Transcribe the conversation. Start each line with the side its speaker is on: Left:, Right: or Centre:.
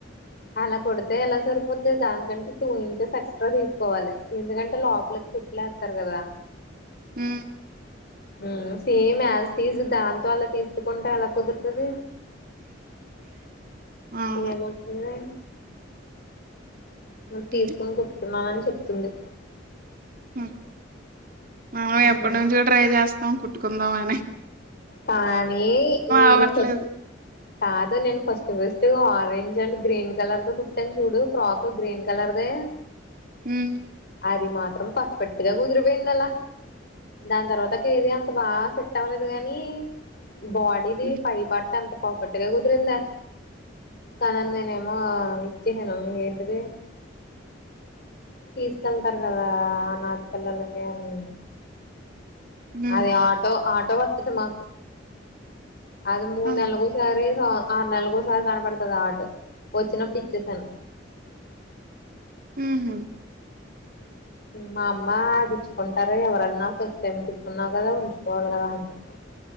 Left: అలా కుడితే ఎలా సరిపోద్ది దానికంటె టూ ఇంచెస్ ఎక్స్ట్రా తీస్కోవాలె ఎందుకంటే లోపలికి కుట్టలేస్తారు గదా
Right: ఉమ్
Left: ఉమ్ సేమ్ యాజ్ టీజ్ దాంతో అలా తీస్ కుంటె ఎలా కుదుర్తది
Right: అవును.
Left: ఏమ్ ఒస్తుంది తీస్కోని
Right: హ్మ్.
Left: కుట్ కున్నానని చెప్తుంది
Right: మ్ మనం
Left: ఉమ్,
Right: ఎప్పటి నుంచో ట్రై చేస్నం కు ట్టుకుందాం అని
Left: కానీ నేను
Right: అవ్వట్లేదు.
Left: ఫస్ కాదు నేను first first orange and green colour తో కుట్టాను చూడు ఫ్రాక్ గ్రీన్ కలర్దే
Right: ఉమ్
Left: అది మాత్రం పర్ఫెక్ట్ గా కుదిరిపోయిందలా దాని తర్వాత కేది అంత బా సెట్ అవ్వలేదు గాన్ మీ బాడీది
Right: హ్మ్
Left: పై పట్ ఎంత పర్ఫెక్ట్గా కుదిరింద కానన్ నేనేమో ఇచ్చేసను ఏంటిది తీసుకెళ్తారు కదా ఆనాద పిల్లలకి అని
Right: హ్మ్
Left: అది ఆటో ఆట్ వర్తతత మాకు అది మూడు
Right: ఆ
Left: నెల్లకోసారి ఆరు నెల్లోకోసరి కనపడ్తాది ఆ ఆటు ఒచ్చినప్పుడు ఇచ్చేసను
Right: ఉహు
Left: మా అమ్మ ఆదిచ్చుకుంటర ఎవరన్నా ఫస్ట్ టైం కుర్టున్నావు కదా ఉంచుకోవాల్ గదా అంట